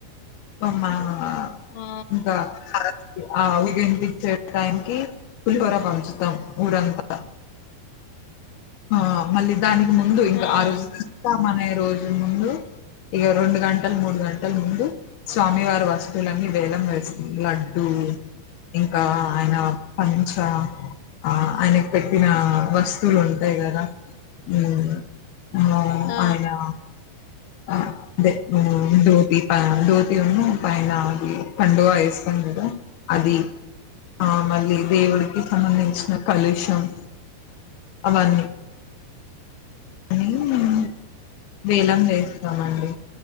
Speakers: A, on the left; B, on the left.
A: ఉమ మా ఆ
B: ఆ
A: ఇంకా ఆ <unintelligible> ముగింపించేయ్ టైమ్‌ కి, పులిహోర పంపిస్తాం ఊరంతా. ఆ మళ్లీ దానికి ముందు
B: ఆ
A: ఇంకా ఆరోజు. తీస్తం అనే రోజూ ముందు. అయ్య్ రెండు గంటల, మూడు గంటల ముందు. స్వామి వారి వస్తువులు అని వేలం వేసి లడ్డూలు. ఇంకా అయ్యన పంచా ఆ అయ్యన పెట్టిన వస్తువులు ఉం. అంతే కదా, నేనున్నా! హ్మ్,
B: ఆ
A: అయినా. ఆ అదే! ముందు దోతి, ఆ దోతి పై నాకి కండువా వేస్తాం కదా, అది! ఆ మళ్లీ దేవుడికి సంబంధించిన కలెక్షన్, అవ్వొని <unintelligible> వేలం వేస్. స్తామండి.
B: ఉమ్